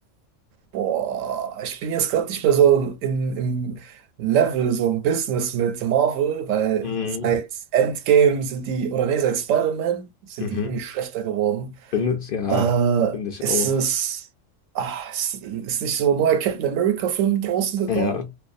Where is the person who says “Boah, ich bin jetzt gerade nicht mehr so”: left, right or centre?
Right